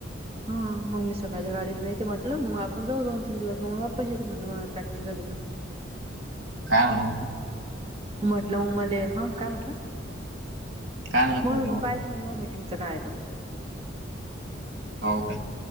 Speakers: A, on the right; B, on the right.
A: हा मग मी सकाळच्या गाडीने येते म्हटल, मग आपण जाऊ दोन तीन दिवस मग वापस येते म्हटल म प्रॅक्टिकल ए त
B: काय म्हण
A: म्हटलं मग मला, ह काय म्हटलं?
B: काय म्हणत
A: मग
B: म्हटलं
A: पाय <unintelligible> मिटिंगचं काय
B: हो का.